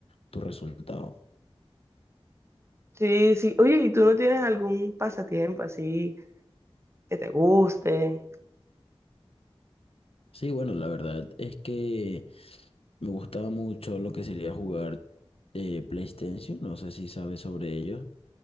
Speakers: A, on the left; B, on the right.
A: tu resultado.
B: Sí, sí. Oye, ¿y tú no tienes algún pasatiempo así que te guste?
A: Sí, bueno, la verdad es que me gustaba mucho lo que sería jugar eh, PlayStation, no sé si sabes sobre ello.